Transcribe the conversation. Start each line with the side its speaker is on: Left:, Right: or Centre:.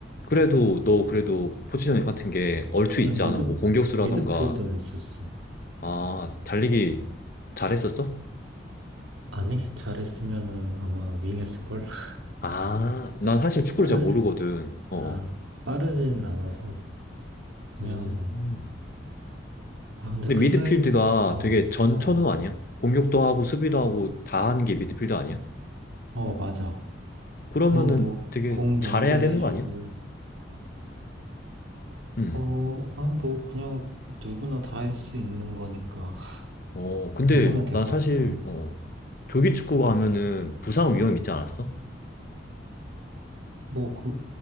Left: 그래도 너 그래도 포지션 같은 게 얼추
Right: 나는
Left: 있지
Right: 뭐,
Left: 않아?
Right: 미드
Left: 뭐 공격수라던가
Right: 미드필더 했었어
Left: 아, 달리기 잘했었어?
Right: 아니 잘했으면은 아마 윙했을걸. <laughs>
Left: 아, 난 사실 축구를
Right: 빠르
Left: 잘 모르거든. 어.
Right: 아 빠르진 않아서 그냥
Left: 음.
Right: 뭐 아 근데
Left: 근데
Right: 클라이밍
Left: 미드필드가
Right: 어
Left: 되게 전천후
Right: 어 어
Left: 아니야? 공격도 하고 수비도 하고 다 하는 게 미드필드 아니야?
Right: 맞아.
Left: 그러면은
Right: 그냥 뭐
Left: 되게
Right: 공
Left: 잘해야
Right: 연결해주고
Left: 되는 거 아니야? 음.
Right: 어아뭐 그냥 누구나 다 할 수 있는 거니까 <laughs>
Left: 어, 근데
Right: 그냥 하면 될것
Left: 난 사실
Right: 같아.
Left: 어, 조기 축구가 하면은 부상 위험 있지 않았어?
Right: 뭐, 그,